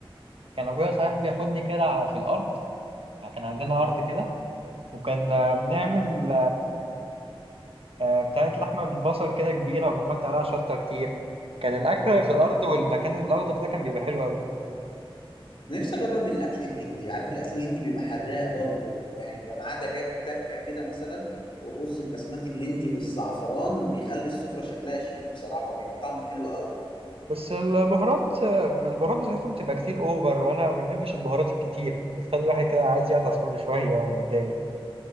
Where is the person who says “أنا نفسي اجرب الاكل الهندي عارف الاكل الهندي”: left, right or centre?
Left